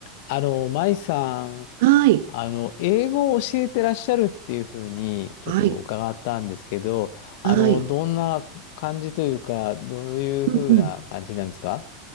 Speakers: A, on the left; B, on the right.
A: あの、舞さん、
B: はい、
A: あの、英語を教えてらっしゃるっていうふうに、ちょっと伺ったんですけど、
B: はい、
A: あの、
B: はい。
A: どんな感じというか、どういうふうな感じなんですか
B: うんうん。